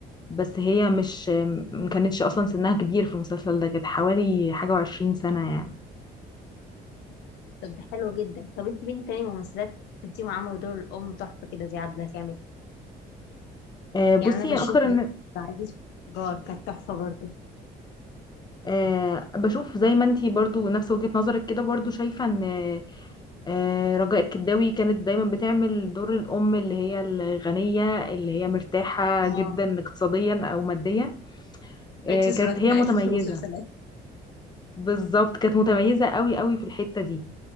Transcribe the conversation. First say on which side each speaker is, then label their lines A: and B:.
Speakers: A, on the left (about 25°); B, on the left (about 85°).
A: بس هي مش ما كانتش اصلا سنها كبير في المسلسل ده كانت حوالي حاجه وعشرين سنه يعني
B: طب ده حلو جدا طب انت مين تاني ممثلات شفتيهم عملوا دور الام تحفه كده زي عبلة كامل
A: آه، بصي
B: يعني انا بشوف
A: اكتر ان
B: ده عزيز جار كانت تحفه برضو
A: آه، بشوف زي ما انتي برضو نفس وجهه نظرك كده برضو شايفه ان آه، رجاء الكداوي كانت دايما بتعمل دور الام اللي هي الغنيه اللي هي مرتاحه
B: اه
A: جدا اقتصاديا او ماديا
B: الاكسسوارات
A: آه، كانت هي
B: بتاعتها
A: متميزه
B: في المسلسلات
A: بالظبط كانت متميزة قوي قوي في الحتة دي